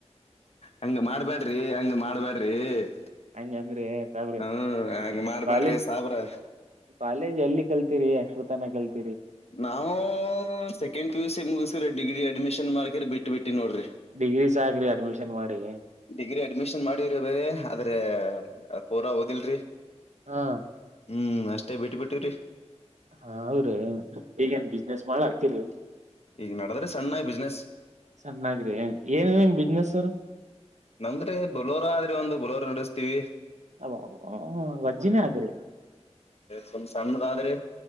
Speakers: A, on the left; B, on the right.
A: ಹಂಗ ಮಾಡ್ಬ್ಯಾಡ್ರಿ ಹಂಗ. ಮಾಡ್ಬ್ಯಾಡ್ರಿ-
B: ಹಂಗಂದ್ರಿ ಸಾಬ್ರಿ
A: ಹ್ಮ- ಹಾಗೆ ಮಾಡ್ಬ್ಯಾಡ್ರಿ
B: ಕಾಲೇಜ್
A: ಸಾಬ್ರೇ
B: ಕಾಲೇಜ್ ಎಲ್ಲಿ ಕಲ್ತೀರಿ ಯಕ್ಷ್ರತನ ಕಲ್ತರಿ.
A: ನಾವು ಸೆಕೆಂಡ್ ಪಿ -ಯು -ಸಿ -ಮುಗಿಸಕ್ರ ಡಿಗ್ರಿ ಅಡ್ಮಿಷನ್ ಮಾಡ್ಕರ ಬಿಟ್ಟ ಬಿಟ್ಟಿ ನೋಡ್ರಿ.
B: ಡಿಗ್ರಿ ಸಾಕ್ರಿ ಅಡ್ಮಿಷನ್ ಮಾಡಿ.
A: ಡಿಗ್ರಿ ಅಡ್ಮಿಷನ್ ಮಾಡವ್ರಿ ಆದದ್ರೆ ಪೂರಾ ಓದಿಲ್ರಿ.
B: ಹ್-
A: ಹ್ಮ್ -ಅಷ್ಟೇ ಬಿಟ್ಟ ಬಿಟ್ಟ್ ರ್ರುವಿ
B: ಹಾ -ಹೌದ್ರೀ ಈಗೇನ್ ಬಿಸ್ನೆಸ್ ಮಾಡ ಹಡ್ತೀರಿ.
A: ಈಗ ನಡದ್ರೆ ಸಣ್ಣ ಬಿಸ್ನೆಸ್
B: ಸಣ್ಣಾಗ್ರಿ ಏನ್ ನಿಮ್ಮ ಬಿಸ್ನೆಸ್ರು.
A: ನಮ್ದ್ರೆ ಬುಲೋರ ಆದ್ರೆ ಒಂದು ಬುಲೋರ್ ನಡೆಸ್ತೀವಿ
B: ಅ ವಜ್ಜಿನೇ ಆದ್ರೆ
A: ಸಂಸಣ್ಣದಾದರಿ